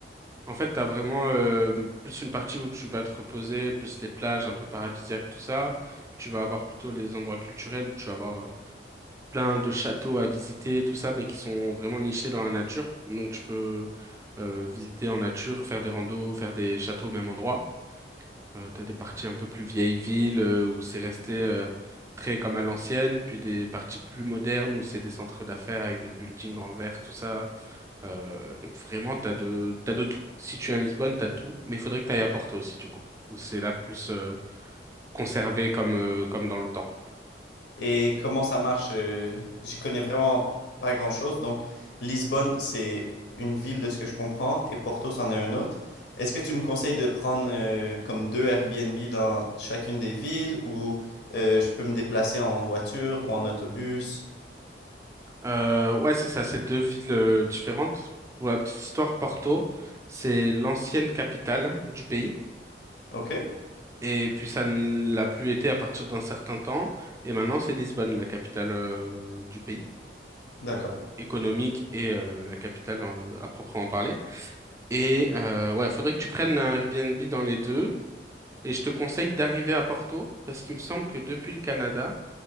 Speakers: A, on the right (about 15°); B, on the left (about 70°).
A: En fait, t'as vraiment euh, plus une partie où tu vas te reposer, plus les plages un peu paradisiaques, tout ça. Puis tu vas avoir plutôt les endroits culturels où tu vas avoir euh, plein de châteaux à visiter, tout ça, mais qui sont vraiment nichés dans la nature. Donc tu peux euh, visiter en nature, faire des randos, faire des châteaux au même endroit. Euh, t'as des parties un peu plus vieilles villes euh, où c'est resté euh, très comme à l'ancienne, puis des parties plus modernes où c'est des centres d'affaires avec des buildings en verre, tout ça. Euh, donc vraiment, t'as de, t'as de tout. Si tu es à Lisbonne, t'as tout, mais il faudrait que t'ailles à Porto aussi, du coup, où c'est là plus euh, conservé comme, euh, comme dans le temps.
B: Et comment ça marche, euh, j'y connais vraiment pas grand-chose. Donc, Lisbonne, c'est une ville de ce que je comprends, et Porto, c'en est un autre. Est-ce que tu me conseilles de prendre euh, comme deux Airbnb dans chacune des villes, ou euh, je peux me déplacer en voiture ou en autobus?
A: Euh, ouais, c'est ça, c'est deux villes euh, différentes. Pour la petite histoire, Porto, c'est l'ancienne capitale du pays.
B: OK,
A: Et puis ça ne l'a plus été à partir d'un certain temps. Et maintenant, c'est Lisbonne, la capitale euh, du pays,
B: d'accord.
A: euh, économique et euh, la capitale euh, à proprement parler. Et euh, ouais, faudrait que tu prennes un Airbnb dans les deux. Et je te conseille d'arriver à Porto, parce qu'il me semble que depuis le Canada,